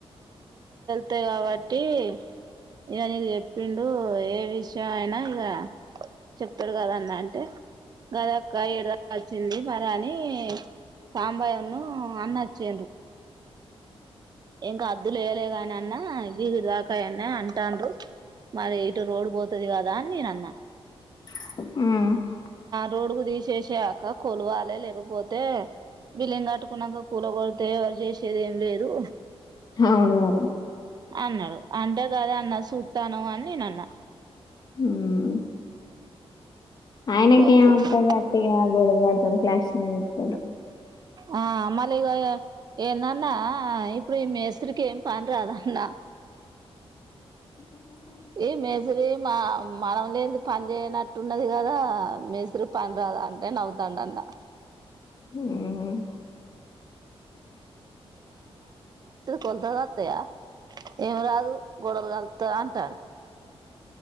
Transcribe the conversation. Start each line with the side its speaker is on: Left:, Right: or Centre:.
Right: త కావట్ ఏ ఎప్పుడు ఇప్పుడు ఏ విషయం అయినా ఇక చెప్పాడు కదాన్న అంటే గదక్క ఏడుదకా వచ్చింది మరి అని సాంబాయన్ను అన్న వచ్చా్ర ఇంకా అద్దులుయలే కాని అన్నా గ దాకాయన్న అంటాండ్ర మరి ఇటు రోడ్ పోతుది కాదుా రాధీ నన్నా
Left: ఉ
Right: రోడ్ కు తీసేసాక కొల్వాలే పోోతే బిలింగ ఆట్కున్నగా కూూరగలు తయారు చేసేది ఏం లేదు
Left: అవునువర
Right: అన్నాడు అంటే కాదా అన్న చూతాను అని నేను అన్నా
Left: అ ఆయనకి
Right: కొల్
Left: ఏ ఆతది అక్కటిగా గోడ ఆడతది క్లాస్తడు
Right: ఆ మళ ఇగ ఎన్నాన్నా ఇప్పుడు ఈ మస్రికి ఏం పని రాద అన్న ఈ మేసరి మా మనం లేందుకు పని చేయనట్టున్నది కదా మేస్త్రి పని రాదా అంటే నవ్వుతాండ అన్న
Left: మ్
Right: కొలుతలొత్తయా ఏం రాదు గొడలు గాలుత్త అంటాను